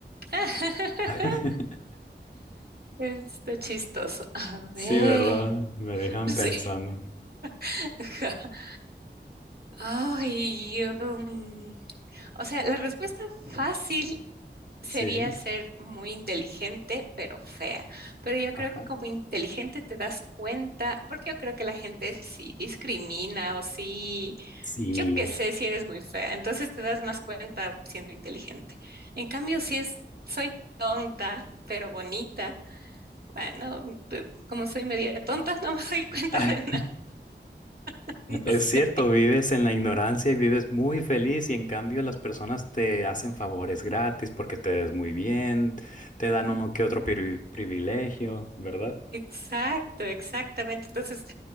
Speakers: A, on the right (about 60°); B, on the left (about 45°).
A: <laughs>
B: <laughs>
A: Está chistoso. A ver.
B: Sí, ¿verdad? Me dejan
A: Sí.
B: pensando.
A: <laughs> Ay, um, o sea, la respuesta fácil sería
B: Sí,
A: ser muy inteligente, pero fea. Pero yo
B: ajá.
A: creo que como inteligente te das cuenta, porque yo creo que la gente sí discrimina o sí,
B: Sí.
A: yo qué sé si eres muy fea, entonces te das más cuenta siendo inteligente. En cambio, si es, soy tonta, pero bonita, bueno, te- como soy media tonta, <laughs> no me doy cuenta
B: Ah,
A: de nada, <laughs> no
B: Es
A: sé.
B: cierto, vives en la ignorancia y vives muy feliz y en cambio las personas te hacen favores gratis porque te ves muy bien, te dan uno que otro pri- privilegio, ¿verdad?
A: Exacto, exactamente. Entonces,